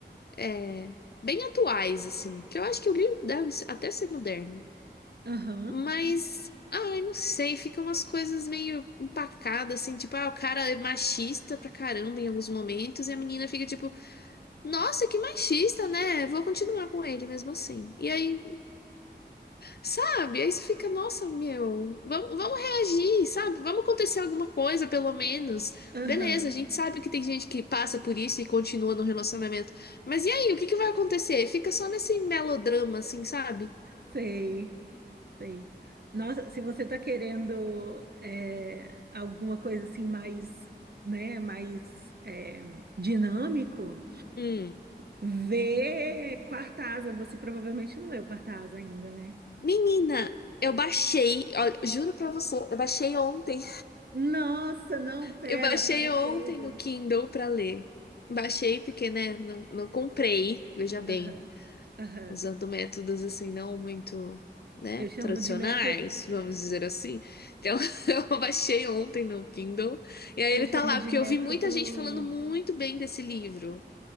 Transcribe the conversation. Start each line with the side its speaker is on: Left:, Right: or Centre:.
Left: é, bem atuais assim, que eu acho que o livro deve até ser moderno.
Right: Aham.
Left: Mas ai, não sei, ficam umas coisas meio empacadas assim, tipo, ah, o cara é machista pra caramba em alguns momentos e a menina fica tipo Nossa, que machista, né? Vou continuar com ele mesmo assim. E aí, sabe? Aí você fica, nossa, meu, vamos, vamos reagir, sabe? Vamos acontecer alguma coisa, pelo menos.
Right: Aham.
Left: Beleza, a gente sabe que tem gente que passa por isso e continua no relacionamento. Mas e aí, o que que vai acontecer? Fica só nesse melodrama, assim, sabe?
Right: Sei. Sei. Nossa, se você tá querendo é, alguma coisa assim mais, né, mais é, dinâmico,
Left: Hum.
Right: vê Quarta Asa. Você provavelmente não leu Quarta Asa ainda, né?
Left: Menina, eu baixei, olha, juro pra você, eu baixei ontem.
Right: Nossa, não, pera,
Left: Eu baixei
Right: para
Left: ontem
Right: tudo.
Left: no Kindle pra ler. Baixei porque, né, não, não comprei, veja bem,
Right: Aham, aham.
Left: usando métodos assim não muito, né,
Right: Eu chamo
Left: tradicionais,
Right: de método,
Left: vamos dizer assim. Então, <laughs> eu baixei ontem no Kindle e aí
Right: eu
Left: ele
Right: chamo
Left: tá lá
Right: de
Left: porque
Right: método,
Left: eu vi muita gente falando muito bem desse livro.